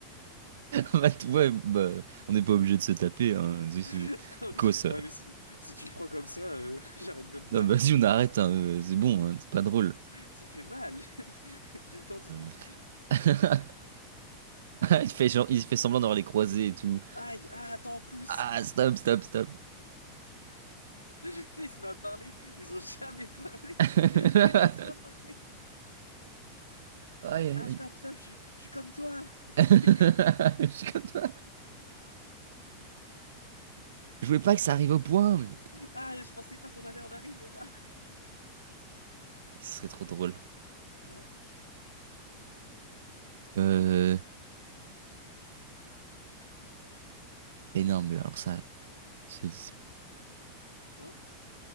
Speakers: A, on the right (about 60°); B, on the left (about 85°).
A: Bah, tu vois, bah, on n'est pas obligé de se taper. Hein. C'est- c'est-
B: <laughs>
A: Quoi ça?
B: Ah, ouais, mais si... si tu le prends comme ça, euh, <laughs> j'arrête de me battre.
A: Non, bah, vas-y, on arrête. hein, euh, C'est bon, hein, c'est pas drôle.
B: <laughs> Ça fait mal. <laughs> J'ai une tendinite.
A: Euh, <laughs> Il fait, genre- il fait semblant d'avoir les croisés et tout.
B: Aïe, ah, attends, pousse.
A: Ah,
B: <laughs>
A: stop, stop, stop.
B: Tu sais, il se met à parler. Ils ont <laughs> jamais parlé.
A: <laughs>
B: Et là, il se met à parler.
A: Aïe, aïe,
B: Ah, snap,
A: aïe.
B: snap, je suis je suis comme toi.
A: <laughs>
B: <laughs>
A: Je
B: Je suis comme...
A: suis comme toi. Je voulais pas que ça arrive au point, mais
B: Ah, je pensais pas qu'on allait en arriver là.
A: ce serait trop drôle.
B: <laughs> Ouais.
A: Euh... Mais non, mais alors ça, c'est c'est
B: Hein?